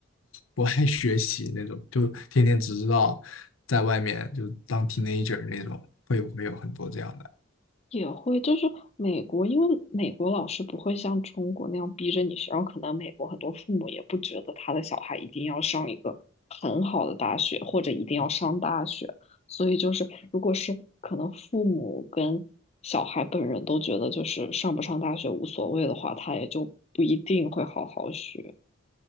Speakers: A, on the left; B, on the left.
A: 不爱学习那种，就天天只知道在外面就当 teenager 那种，会不会有很多这样的？
B: 也会，就是美国，因为美国老师不会像中国那样逼着你学，然后可能美国很多父母也不觉得他的小孩一定要上一个很好的大学，或者一定要上大学，所以就是如果是可能父母跟小孩本人都觉得就是上不上大学无所谓的话，他也就不一定会好好学。